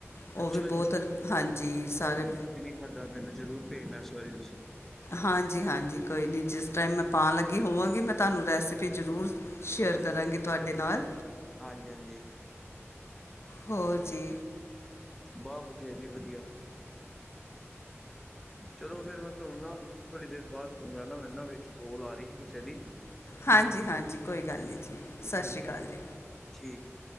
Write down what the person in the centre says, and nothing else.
ਅੱਛਾ
ਤੁਹਾਡਾ ਮੈਨੂੰ ਜ਼ਰੂਰ ਭੇਜਣਾ ਇਸ ਵਾਰੀ ਤੁਸੀਂ।
ਹਾਂਜੀ-ਹਾਂਜੀ।
ਬਸ ਵਧੀਆ ਜੀ, ਵਧੀਆ ਚਲੋ ਫਿਰ ਮੈਂ ਤੁਹਾਨੂੰ ਨਾ ਥੋੜ੍ਹੀ ਦੇਰ ਬਾਦ ਸੁਣ ਲੈਣਾ ਨਾ ਮੈਨ ਨਾ ਵਿੱਚ ਕੋਲ ਆ ਰਹੀ ਸੀ ਕਿਸੇ ਦੀ।
ਹਾਂਜੀ,
ਠੀਕ ਹੈ।